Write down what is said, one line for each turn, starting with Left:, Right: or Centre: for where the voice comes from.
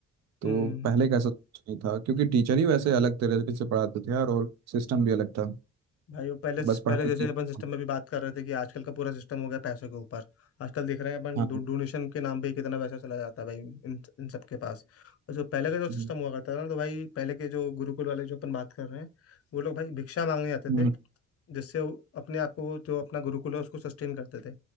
Right: तो
Left: हम्म
Right: पहले कैसा कुछ नहीं था क्योंकि टीचर ही वैसे अलग तरीके से पढ़ाते थे यार और सिस्टम भी अलग था
Left: भाई वो पहले
Right: बस पढ़ाई
Left: पहले जैसे
Right: के लिए-
Left: अपन सिस्टम में भी बात कर रहे थे कि आजकल का पूरा सिस्टम हो गया पैसों के ऊपर आजकल देख रहे हैं अपन
Right: हाँ
Left: डो, डोनेशन के नाम पे ही कितना पैसा चला जाता है भाई इन इन सबके पास और जो पहले
Right: हम्म,
Left: का जो सिस्टम हुआ करता था ना तो भाई पहले के जो गुरुकुल वाले जो अपन बात कर रहे हैं वो लोग भाई भिक्षा मांगने आते
Right: हम्म,
Left: थे जिससे वो अपने आप को वो जो अपना गुरुकुल है उसको सस्टेन करते थे